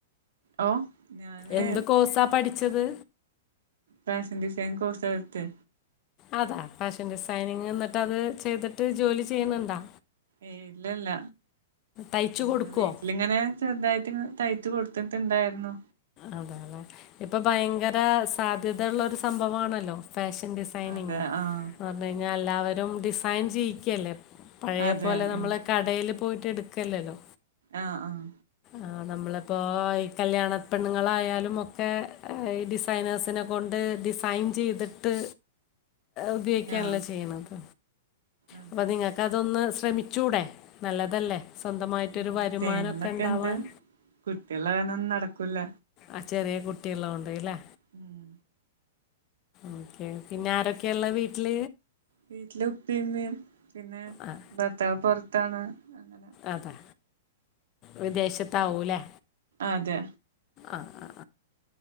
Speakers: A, on the right; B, on the left.
A: ഓ ഞാന്
B: എന്ത് കോഴ്സാ പഠിച്ചത്?
A: ഫാഷൻ ഡിസൈനിംഗ് കോഴ്സാ പടിത്തെ
B: അതാ ഫാഷൻ ഡിസൈനിങ് എന്നിട്ടത് ചെയ്തിട്ട് ജോലി ചെയ്യുന്നുണ്ടോ?
A: ഏയ് ഇല്ലല്ല
B: തയ്ച്ചു
A: ഏഹ്
B: കൊടുക്കുവോ
A: വീട്ടിലിങ്ങനെ ചെറുതായിട്ട് തയ്ച്ച് കൊടുത്തിട്ടുണ്ടായിരുന്നു
B: അതേല്ലെ ഇപ്പൊ ഭയങ്കര സാധ്യതയുള്ളൊരു സംഭവാണല്ലോ ഫാഷൻ ഡിസൈനിങ്ന്ന്
A: അതെ ആഹ്
B: പറഞ്ഞ കഴിഞ്ഞാലെല്ലാവരും ഡിസൈൻ ചെയ്യിക്കല്ലേ? പഴേ
A: അതെ
B: പോലെ നമ്മള്
A: ആഹ്
B: കടേല് പോയിട്ട്ടുക്കല്ലല്ലോ?
A: ആഹ് ആഹ്
B: ആഹ് നമ്മളിപ്പോ ഈ കല്യാണ പെണ്ണുങ്ങളായാലും ഒക്കെ ഈ ഡിസൈനേഴ്സിനെ കൊണ്ട് ഡിസൈൻ ചെയ്തിട്ട് ഉപയോഗിക്കല്ലെ
A: ആഹ്
B: ചെയ്യണത്
A: അതെ
B: അപ്പ നിങ്ങക്കതൊന്ന് ശ്രമിച്ചൂടെ നല്ലതല്ലേ സ്വന്തമായിട്ടൊരു
A: ഉം
B: വരുമാനക്കെ
A: ചെയ്യണന്നൊക്കെ
B: ഉണ്ടാവാൻ
A: ഇണ്ട് കുട്ടികള് കാരണം ഒന്നും നടക്കൂല
B: ആ ചെറിയ കുട്ടിള്ളോണ്ട്ലെ
A: ഉം
B: ഓക്കെ പിന്നെ ആരൊക്കെള്ളത് വീട്ടിൽ
A: വീട്ടില് ഉപ്പി ഇമ്മീം പിന്നെ
B: ആഹ്
A: ഭർത്താവ് പൊറത്താണ് അങ്ങനെ
B: അതെ വിദേശത്താവുലെ
A: അതെ
B: ആഹ് ആഹ്